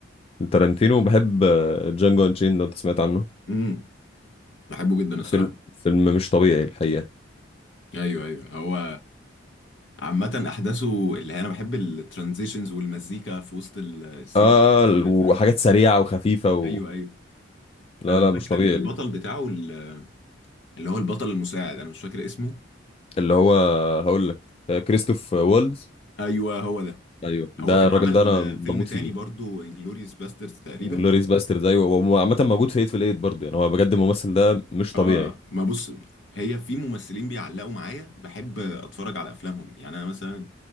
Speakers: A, on the left; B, on the left.
A: لا تارانتينو بحب جانجو انشين لو انت سمعت عنه
B: امم بحبه جدا الصراحه
A: فيلم فيلم مش طبيعي الحقيقه
B: ايوه ايوه هو عامة أحداثه اللي هي أنا بحب الترانزيشنز والمزيكا في وسط ال- السين
A: اه
B: كده
A: وحاجات
B: فاهم
A: سريعة وخفيفة و...
B: أيوه أيوه
A: لا
B: أنا
A: لا مش
B: فاكر
A: طبيعي
B: ال- البطل بتاعه ال- اللي هو البطل المساعد أنا مش فاكر اسمه
A: اللي هو هقول لك آه، كريستوف وولدز
B: أيوه هو ده
A: ايوه ده
B: هو كان
A: الراجل
B: عمل
A: ده انا بموت
B: فيلم تاني
A: فيه
B: برضو انجلوريوس باسترز تقريبا
A: انجلوريس باسترد ايوه هو عامة موجود في ايت في الايت برضه يعني هو بجد الممثل ده مش طبيعي
B: آه
A: اه
B: ما بص هي في ممثلين بيعلقوا معايا بحب أتفرج على أفلامهم يعني أنا مثلا